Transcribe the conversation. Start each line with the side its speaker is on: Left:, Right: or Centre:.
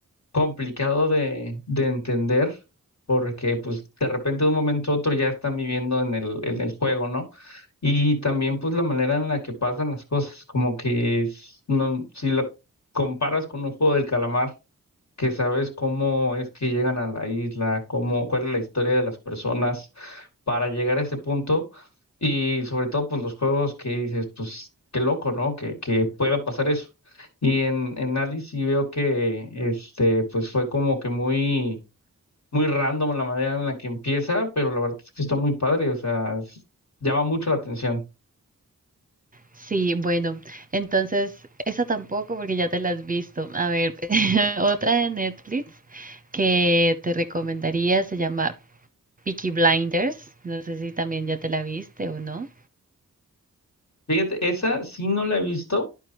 Left: complicado de, de entender, porque pues de repente de un momento a otro ya están viviendo en el, en el juego, ¿no? Y también pues la manera en la que pasan las cosas, como que es- no, si lo comparas con un juego del calamar que sabes cómo es que llegan a la isla, cómo, cuál es la historia de las personas para llegar a ese punto y sobre todo pues los juegos que dices, pues qué loco, ¿no? Que, que pueda pasar eso. Y en, en Alice sí veo que este pues fue como que muy muy random la manera en la que empieza, pero la verdad es que está muy padre, o sea, es- llama mucho la atención.
Right: Sí, bueno. Entonces, esa tampoco porque ya te la has visto. A ver, <laughs> otra de Netflix que te recomendaría se llama Peaky Blinders. No sé si también ya te la viste o no.
Left: Fíjate, esa sí no la he visto.